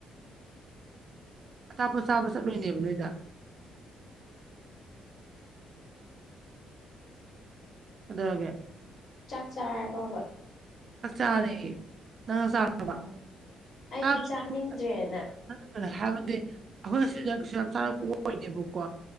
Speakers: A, on the right; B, on the left.
A: ꯑꯆꯥꯥꯄꯣꯠ ꯆꯥꯕ ꯆꯠꯂꯨꯏꯅꯦꯕ ꯅꯣꯏꯗꯣ ꯀꯗꯧꯔꯒꯦ
B: ꯆꯥꯛ ꯆꯥꯔꯕꯕ
A: ꯆꯥꯛ ꯆꯥꯔꯦ ꯅꯪ <unintelligible> ꯆꯥꯔꯕ
B: ꯎꯝ
A: <unintelligible>
B: ꯑꯩꯗꯤ ꯆꯥꯅꯤꯡꯗ꯭ꯔꯦꯅ
A: ꯍꯥꯏꯕꯗꯤ ꯑꯈꯣꯏ ꯉꯁꯤꯁꯦ ꯀꯩꯁꯨ ꯌꯥꯝ ꯆꯥꯔꯛꯄ ꯑꯣꯏꯗꯦꯕꯀꯣ